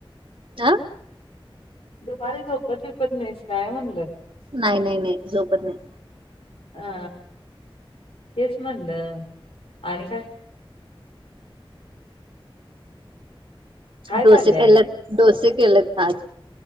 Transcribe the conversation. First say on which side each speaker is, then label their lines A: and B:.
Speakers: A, on the right; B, on the left.
A: हह
B: दुपारी झोपत फेपत नाहीस काय म्हणलं
A: नाही नाही नाही झोपत नाही
B: अ तेच म्हणलं आणि काय काय
A: डोसे
B: चाललंय
A: केले
B: आणि?
A: डोसे केलेत तज